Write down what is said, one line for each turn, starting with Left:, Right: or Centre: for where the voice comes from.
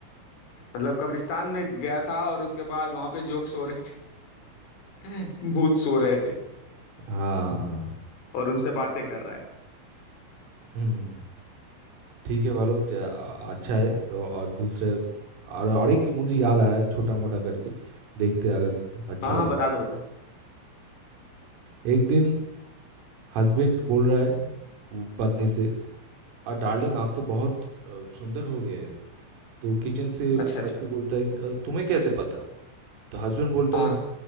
Left: मतलब कब्रिस्तान में गया था और उसके बाद वहां पे जोक सो रहे थे <laughs> भूत सो रहे थे
Right: हाँ हाँ,
Left: और उनसे बातें कर रहा है
Right: हम्म ठीक है भालू च- आ- अच्छा है तो और दूसरे और और एक मुझे याद आ रहा है छोटा मोटा करके देखते हैं अगर अच्छा
Left: हाँ
Right: होता
Left: हाँ बता दो बता दो
Right: है। एक दिन हस्बैंड बोल रहा है वो पत्नी से और डार्लिंग आप तो बहुत अ, सुंदर हो गए हैं तो किचन से
Left: अच्छा अच्छा
Right: पत्नी बोलता है "अ, तुम्हें कैसे पता तो हस्बैंड बोलता
Left: हाँ
Right: है